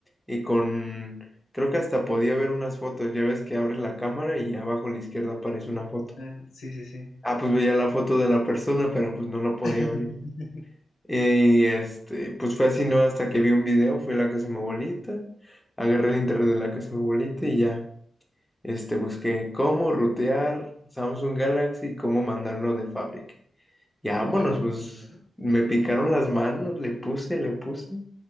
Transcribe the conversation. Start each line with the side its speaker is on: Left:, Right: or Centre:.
Centre: y con... Creo que hasta podía ver unas fotos. Ya ves que abres la cámara y abajo a la izquierda aparece una foto.
Left: ah, sí, sí, sí.
Centre: Ah, pues veía la foto de la persona, pero pues no la podía
Left: <laughs>
Centre: abrir. Y este, pues fue así, ¿no? Hasta que vi un video, fui a la casa de mi abuelita, agarré el internet de la casa de mi abuelita y ya, este, busqué cómo rutear Samsung Galaxy cómo mandarlo de fábrica. Ya
Left: Y
Centre: vámonos,
Left: para
Centre: pues
Left: ti, ¿no?
Centre: me picaron las manos, le puse, le puse